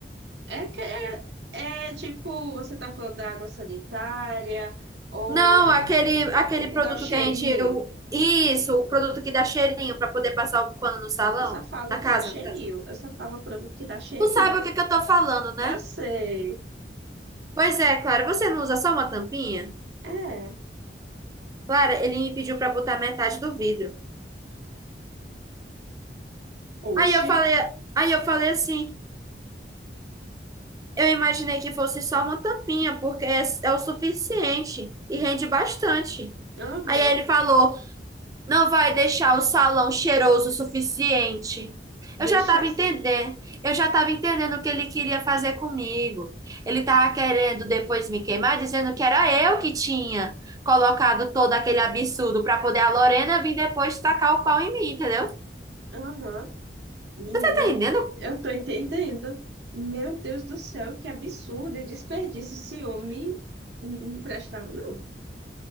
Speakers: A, on the right (about 75°); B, on the right (about 20°).
A: É que é, é tipo, você tá falando da água sanitária ou
B: Não,
A: a-
B: aquele aquele
A: o que
B: produto
A: dá o cheirinho.
B: que a gente o- isso, o produto que dá cheirinho pra poder passar o pano no salão,
A: Eu só falo
B: na
A: o que
B: casa,
A: dá cheirinho.
B: no caso.
A: Eu só falo produto que dá cheirinho.
B: Tu sabe o que que eu tô falando, né?
A: Eu sei.
B: Pois é, Clara, você não usa só uma tampinha?
A: É.
B: Clara, ele me pediu para botar metade do vidro.
A: Oxi.
B: Aí eu falei, aí eu falei assim, eu imaginei que fosse só uma tampinha, porque é, é o suficiente e rende bastante.
A: Aham.
B: Aí ele falou, Não vai deixar o salão cheiroso o suficiente.
A: Deixa
B: Eu já estava
A: assim.
B: entendendo. Eu já estava entendendo o que ele queria fazer comigo. Ele estava querendo depois me queimar, dizendo que era eu que tinha colocado todo aquele absurdo para poder a Lorena vir depois tacar o pau em mim, entendeu?
A: Aham. Menina,
B: Tá entendendo?
A: eu tô entendendo. Meu Deus do céu, que absurdo e desperdício esse homem não emprestava, não.